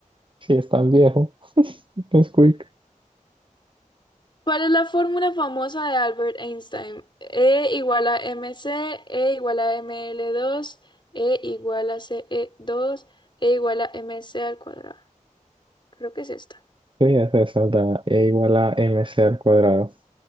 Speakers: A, on the right; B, on the left.
A: Si es tan viejo, <laughs> es quick.
B: ¿Cuál es la fórmula famosa de Albert Einstein? E igual a mc, E igual a m l dos, E igual a c e dos, E igual a mc al cuadrado. Creo que es esta.
A: Sí, es esa, da E igual a mc al cuadrado.